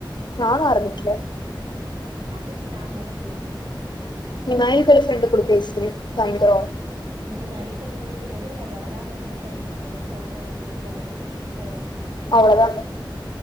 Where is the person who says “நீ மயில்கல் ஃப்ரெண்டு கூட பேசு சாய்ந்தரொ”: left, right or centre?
Left